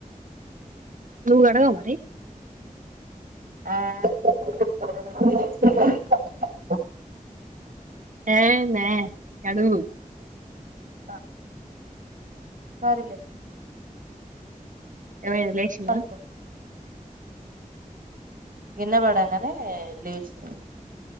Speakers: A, on the right; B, on the right.
A: నువ్వు కడగవ మరి
B: ఆ కడగను
A: ఏ మె కడుగు
B: అ సరిలే
A: ఏమైనా లేసింద
B: పండుకో కింద పడంగానే లేచింది